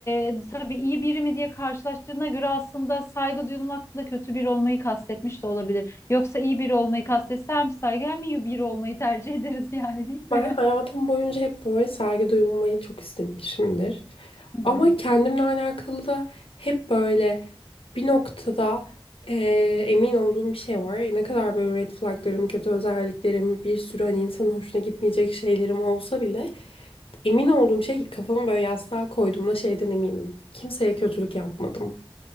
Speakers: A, on the left; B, on the left.
A: e, tabii iyi biri mi diye karşılaştırdığına göre aslında saygı duyulmakla kötü biri olmayı kastetmiş de olabilir. Yoksa iyi biri olmayı kastetse hem saygı hem iyi biri olmayı tercih <laughs> ederiz yani değil mi?
B: Ben hayatım boyunca hep böyle saygı duyulmayı çok istemişimdir.
A: <laughs> Hı hı.
B: Ama kendimle alakalı da hep böyle bir noktada eee, emin olduğum bir şey var. Ne kadar böyle red flaglarım, kötü özelliklerim, bir sürü hani insanın hoşuna gitmeyecek şeylerim olsa bile emin olduğum şey kafamı böyle yastığa koyduğumda şeyden eminim. Kimseye kötülük yapmadım.